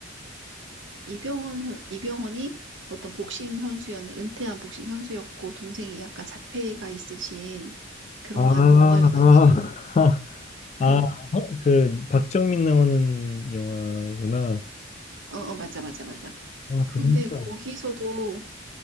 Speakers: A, on the right; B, on the left.
A: 이- 병헌 선- 이병헌이 어떤 복싱 선수였는 은퇴한 복싱 선수였고 동생이 약간 자폐가 있으신 그러한
B: 아, 아,
A: 영화였는데
B: <laughs> 아,
A: 그-
B: 어, 그 박정민 나오는 영화구나.
A: 어, 어 맞아 맞아 맞아.
B: 아,
A: 그런데
B: 진짜 힘들어.
A: 거기서도